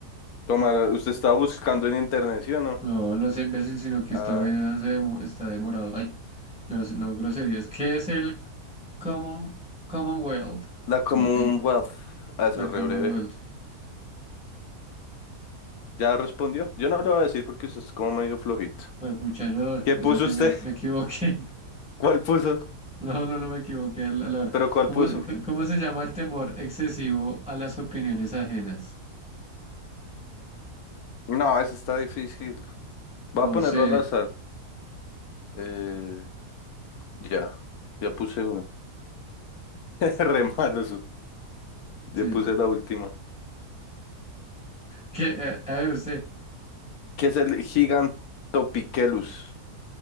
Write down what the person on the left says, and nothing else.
Toma, usted estaba buscando en internet, ¿sí o no?
Ah,
la Commonwealth.
Ah, eso
es
re breve. ¿Ya respondió? Yo no lo voy a decir porque usted es como medio flojito.
¿Qué puso
usted?
<laughs> ¿Cuál puso?
¿Pero cuál
puso?
No, eso está difícil. Va
a ponerlo
al azar. Eh, ya, ya puse una. <laughs> Re malo eso. Ya
puse la última.
¿Qué es el Gigantopichelus?